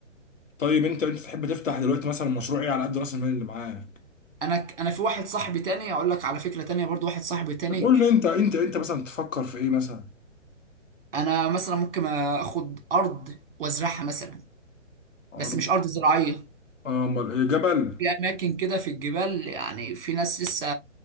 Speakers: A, on the left; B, on the right.
A: طيب انت انت تحب تفتح دلوقتي مثلا مشروع ايه على قد راس المال اللي معاك
B: انا ك- انا في واحد صاحبي تاني اقول لك على فكرة تانية برضه واحد صاحبي تاني
A: بتقول لي انت انت انت مثلا تفكر في ايه مثلا
B: انا مثلا ممكن اخد ارض وازرعها مثلا
A: عرض
B: بس مش ارض زراعية
A: اه امال ايه جبل
B: في اماكن كده في الجبال يعني في ناس لسه